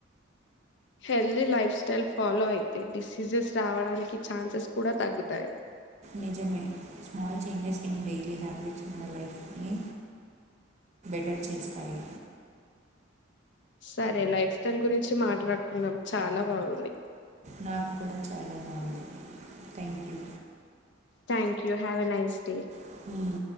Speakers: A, on the left; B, on the right.
A: హెల్దీ లైఫ్ స్టైల్ ఫాలో అయితే డిసీజెస్ రావడానికి ఛాన్సెస్ కూడా తగ్గుతాయి
B: నిజమే small changes in daily habits మన లైఫ్ని అటర్ చేస్తాయి
A: సరే లైఫ్ స్టైల్ గురించి మాట్లాడుకున్నాం చాలా బాగుంది
B: నాకు కూడా చాలా బాగుంది thank you
A: thank you have nice day
B: you